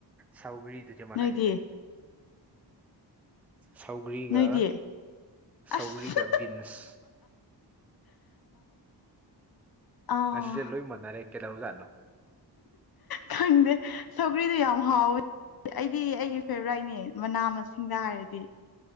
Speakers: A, in the centre; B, on the left.
A: ꯁꯥꯎꯒ꯭ꯔꯤꯗꯨꯗꯤ ꯃꯅꯥꯏꯅꯦ
B: ꯅꯣꯏꯗꯤ
A: ꯁꯧꯒ꯭ꯔꯤꯒ
B: ꯅꯣꯏꯗꯤ
A: ꯁꯧꯒ꯭ꯔꯤꯒ
B: ꯑꯁ
A: ꯕꯤꯟꯁ
B: ꯑꯥ
A: ꯉꯁꯤꯁꯦ ꯂꯣꯏ ꯃꯥꯟꯅꯔꯦ ꯀꯩꯗꯧꯖꯥꯠꯅꯣ
B: ꯈꯪꯗꯦ ꯁꯧꯒ꯭ꯔꯤꯗꯣ ꯌꯥꯝ ꯍꯥꯎꯋꯦ ꯑꯩꯗꯤ ꯑꯩꯒꯤ ꯐꯦꯚꯣꯔꯥꯏꯠꯅꯦ ꯃꯅꯥ ꯃꯁꯤꯡꯗ ꯍꯥꯏꯔꯗꯤ